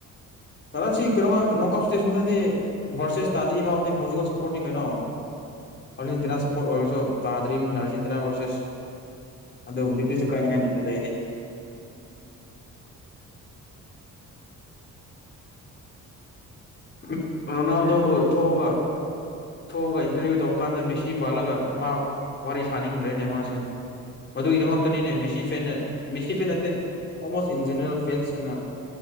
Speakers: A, on the left (about 35°); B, on the left (about 85°).
A: ꯀꯩꯅꯣ ꯁꯤ ꯀꯩꯅꯣꯃ ꯅꯣꯛꯑꯥꯎꯇ ꯏꯁꯇꯦꯁꯟꯗꯗꯤ ꯚꯥꯔꯁꯦꯁ ꯇꯥꯗ꯭ꯔꯤ ꯐꯥꯎꯕꯗꯤ ꯄꯣꯔꯇꯨꯒꯟ ꯁꯄꯣꯔꯇꯅꯤ ꯀꯩꯅꯣ ꯑꯔꯖꯤꯦꯟꯇꯤꯅꯥ
B: ꯎꯝ
A: ꯁꯞꯄꯣꯔꯠ ꯑꯣꯏꯔꯁꯨ ꯇꯥꯗ꯭ꯔꯤꯕꯅꯤꯅ ꯑꯔꯖꯦ ꯇꯤꯅꯥ ꯚꯔꯁꯦꯁ ꯑꯗꯨꯕꯨꯗꯤ ꯀꯔꯤꯁꯨ ꯀꯥꯏꯅꯤꯡꯉꯥꯏ ꯂꯩꯇꯦꯗ ꯑꯩꯗꯤ ꯎꯝ ꯔꯣꯅꯥꯜꯗꯣꯕꯨ
B: ꯅꯦꯁꯅꯦꯜ
A: ꯊꯣꯛꯑꯒ ꯊꯣꯛꯑꯒ ꯏꯟꯇꯔꯚꯤꯌꯨ ꯇꯧꯕ ꯀꯥꯟꯗ ꯃꯦꯁꯤ ꯄꯥꯜꯂꯒ ꯃꯥ ꯋꯥꯔꯤ ꯁꯥꯅꯤꯡꯗ꯭ꯔꯦꯅꯦ ꯃꯥꯁꯦ ꯃꯗꯨꯒꯤꯗꯃꯛꯇꯅꯤꯅꯦ
B: ꯎꯝ
A: ꯃꯦꯁꯤ ꯐꯦꯟꯅ ꯃꯤꯁꯤ ꯐꯦꯟ ꯅꯠꯇꯦ ꯑꯣꯜꯃꯣꯁ ꯏꯟ ꯖꯦꯅꯔꯦꯜ ꯐꯦꯟꯁꯤꯡꯅ